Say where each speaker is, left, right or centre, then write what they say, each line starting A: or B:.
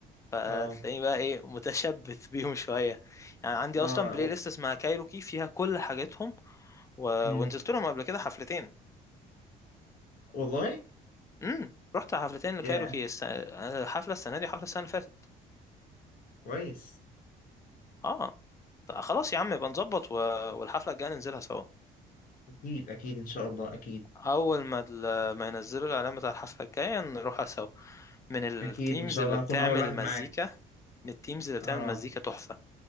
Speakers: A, on the left; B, on the left.
A: فتلاقيني
B: اه
A: بقى ايه متشبث <laughs> بيهم شوية يعني عندي
B: اه
A: اصلا بلاي
B: و-
A: ليست اسمها كايروكي فيها كل حاجاتهم و...
B: مم.
A: ونزلت لهم قبل كده حفلتين
B: والله
A: امم رحت حفلتين
B: يا
A: لكايروكي الس... حفلة السنة دي وحفلة السنة اللي فاتت
B: كويس
A: اه طب خلاص يا عم يبقى نظبط و... والحفلة الجاية ننزلها سوا
B: اكيد اكيد ان شاء الله اكيد
A: اول ما ال- ما ينزلوا الاعلان بتاع الحفله الجايه نروحها سوا من التيمز
B: اكيد ان شاء
A: اللي
B: الله هكون
A: بتعمل
B: اول واحد
A: مزيكا
B: معاك
A: من التيمز اللي
B: اه
A: بتعمل مزيكا تحفه